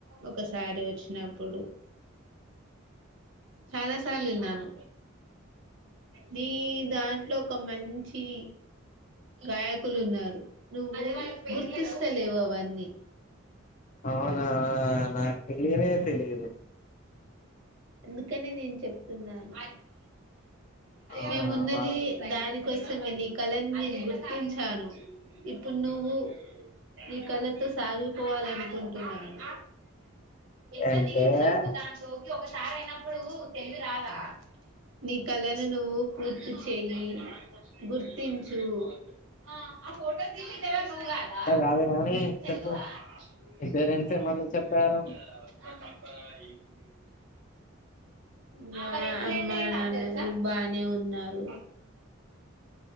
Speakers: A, on the right (about 60°); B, on the left (about 35°).
A: ఒకసారి ఓచ్చినప్పుడు. చాలా సార్లు ఇన్నాను. నీ దాంట్లో ఒక మంచి. గాయకులు ఉన్నారు, నువ్వు గుర్తిస్తలేవు అవన్నీ.
B: అవునా, నాకు తెలియనే తెలిదు.
A: అందుకనే నేను, చెప్తున్నాను.
B: అవునా
A: మేమున్నది,
B: మా
A: దానికోస. అసమే నీ కళని నేను గుర్తించాను, ఇప్పుడు నువ్వు. ఈ కళతో, సాగిపోవాల అనుకుంటున్నాను. ఎట్లా
B: అంటే
A: దింగిండు చెప్పు,
B: అంత
A: దాంట్లోకి ఒకసారి అయినప్పుడు, తెలివి రాదా. నీ కళలను నువ్వు పూర్తి చెయి, గుర్తించు. ఆ ఆ ఫోటో తీసీ దేవుని రూమ్ లో దవ
B: కాదు కానీ
A: చూద చందువా.
B: చెప్పు
A: <inaudible>
B: మీ పేరెంట్స్ ఏమన్నా చెప్పారు
A: మా అమ్మ నాన్న. బానే ఉన్నారు.